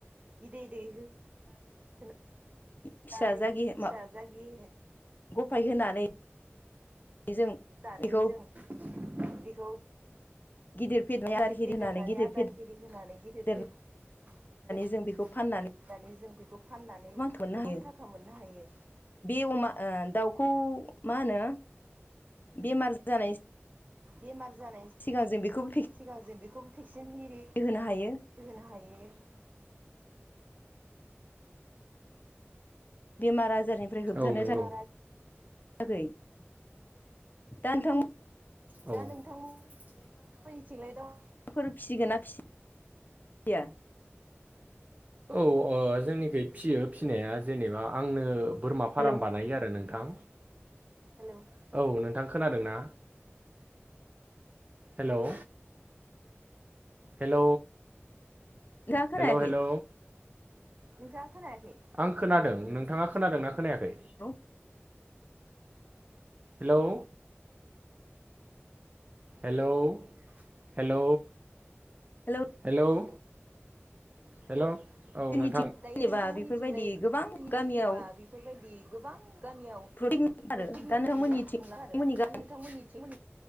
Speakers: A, on the right (about 35°); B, on the left (about 45°).
A: बिदै दैहोनानै
B: फिसा जागि
A: फिसा
B: मा
A: जागि
B: गफाय होनानै जों।
A: दानै
B: बेखौ
A: जों बिखौ।
B: गिदिर फेदेरनानै
A: गिदिर
B: आदार हिरि
A: फेदेरनानै
B: होनानै गिदिर
A: आदार एरि होनानै गिदिर।
B: फेदेरनानै
A: देरनानै
B: जों बेखौ फाननानै
A: जों बेखौ फाननानै
B: मोननो
A: गोबां
B: हायो
A: थाखा मोननो हायो।
B: बे अमा ओ दाउखौ मा होनो बेमार जानाय।
A: बेमार जानाय।
B: सिगां जों बेखौ।
A: <unintelligible>
B: होनो हायो बेमार आजारनिफ्राय होबथानो
A: औ नंगौ
B: थाखाय <inaudible> दा नोंथां
A: दा नोंथांनिथिंलाय दं
B: सोर फिसिगोन ना फिया
A: औ जोंनिख फिसियो फिसिनाया जेनेबा आंनो। बोरमा फाराम
B: हेलौ
A: बानायो आरो नोंथां, औ नोंथां खोनादोंना? हेल'। हेल'
B: नोंथाङा खोनायाखै
A: हेल' हेल'। नोंथाङा खोनायाखै आं खोनादों नोंथाङा खोनादों ना खोनायाखै।
B: औ।
A: हेलौ हेल' हेल'
B: हेल'
A: हेल' हेल' औ
B: जोंनिथिं
A: नोंथां दायो
B: जेनेबा
A: नोंथांमोननिथिंलायनिथिं
B: बेफोरबायदि गोबां गामियाव
A: जेबा बेफोरबायदि गोबां गामियाव
B: प्रटिन आरो
A: प्रतिक
B: दा
A: मथर
B: नोंथांमोननिथिं
A: जों खुंला
B: नोंथांमोननि
A: आरो दा
B: गामि
A: नोंथांमोननिथिं